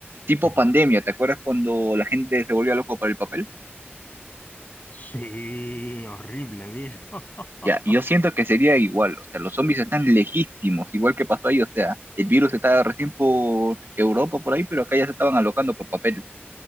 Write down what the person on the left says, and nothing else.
ujú.
Sí, horrible, viejo.
<laughs>